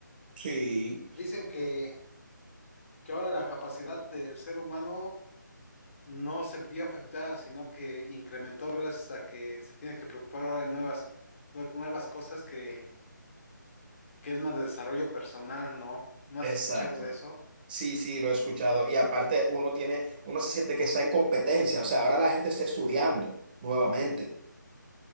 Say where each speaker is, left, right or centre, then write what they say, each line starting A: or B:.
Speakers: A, on the right; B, on the left.
A: Sí,
B: Dicen que, que ahora la capacidad del ser humano no se vio afectada, sino que incrementó gracias a que se tiene que preocupar ahora en nuevas, nue- nuevas cosas que, que es más de desarrollo personal, ¿no? ¿No
A: exacto.
B: has escuchado de eso?
A: Sí, sí, lo he escuchado. Y aparte, uno tiene, uno se siente que está en competencia. O sea, ahora la gente está estudiando nuevamente.